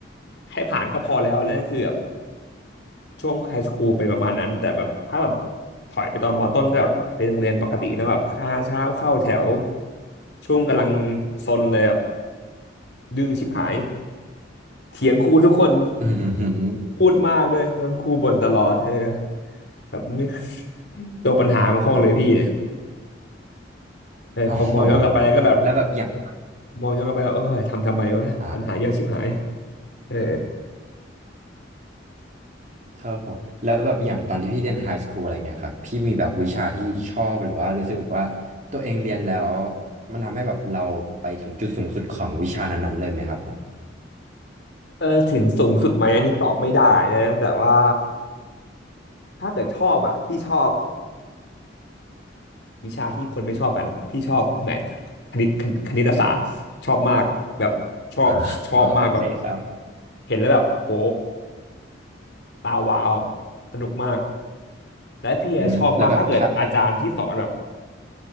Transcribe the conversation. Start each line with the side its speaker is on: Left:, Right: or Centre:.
Left: ให้ผ่านก็พอแล้วแล้วนั่นคือแบบ ช่วงไฮสคูลเป็นประมาณนั้นแต่แบบถ้าแบบถอยไปตอนมต้นก็แบบเป็นโรงเรียนปกตินะแบบห้าเช้าเข้าแถวช่วงกำลังซนเลยแบบดื้อชิบหายเถียงครูทุกคน
Right: อืมอหืม
Left: พูดมากด้วยโดนครูบ่นตลอดเธอแบบนี่ <laughs> ตัวปัญหาของห้องเลยพี่เนี่ยเออพอมองย้อนกลับไปแล้วก็แบบ
Right: โอ้โหแล้วแบบอย่าง
Left: มองย้อนกลับไปแล้วเออทำทำไมวะปัญหาเยอะชิบหาย
Right: อ่า
Left: เออ
Right: ครับผมแล้วแบบอย่างตอนที่พี่เรียนไฮสคูลอะไรเงี้ยครับพี่มีแบบวิชาที่ชอบหรือว่ารู้สึกว่าตัวเองเรียนแล้วมันทำให้แบบเราไปถึงจุดสูงสุดของวิชานั้นๆเลยไหมครับผม
Left: เออถึงสูงสุดไหมอันนี้ตอบไม่ได้นะแต่ว่าถ้าเกิดชอบอ่ะพี่ชอบ วิชาที่คนไม่ชอบกันพี่ชอบแมทคณิตคณิตคณิตศาสตร์ชอบมากแบบชอบชอบมากแบบ
Right: อ่าอ่าโอเคครับ
Left: เห็นแล้วแบบโหตาวาวสนุกมากและพี่อะชอบมากถ้าเกิดอาจารย์ที่สอนแบบ
Right: อืมแล้วแบบถ้าถ้า